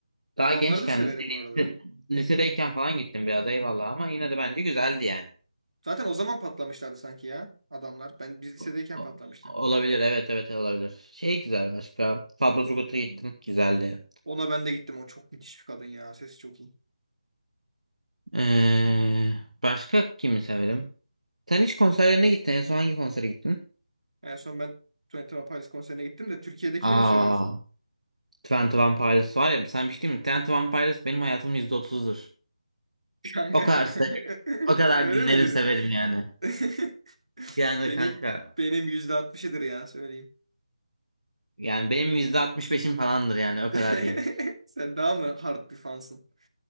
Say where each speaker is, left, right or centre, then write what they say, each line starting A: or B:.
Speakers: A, on the right; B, on the right.
A: Daha
B: Adamları
A: gençken
B: da severim
A: lise-
B: bu arada.
A: lise- lisedeyken falan gittim biraz eyvallah ama yine de bence güzeldi yani.
B: Zaten o zaman patlamışlardı sanki ya adamlar. Ben biz lisedeyken
A: O- o-
B: patlamıştı.
A: Olabilir evet evet olabilir. Şey güzel başka. Fatma Turgut'a gittim güzeldi.
B: Ona ben de gittim. O çok müthiş bir kadın ya. Sesi çok iyi.
A: Ee, başka kimi severim? Sen hiç konserlerine gittin en son hangi konsere gittin?
B: En son ben Twenty One Pilots konserine gittim de Türkiye'dekini
A: Aa.
B: mi soruyorsun?
A: Twenty One Pilots var ya sen bir şey diyeyim mi? Twenty One Pilots benim hayatımın %30'udur.
B: <laughs> Kanka.
A: O kadar
B: <laughs>
A: se- o kadar
B: Öyle
A: dinlerim
B: midir?
A: severim yani.
B: <laughs>
A: Yani
B: Benim
A: kanka
B: benim yüzde altmışıdır ya söyleyeyim.
A: yani benim yüzde altmış beşim falandır yani o
B: <laughs>
A: kadar diyeyim.
B: Sen daha mı hard bir fansın?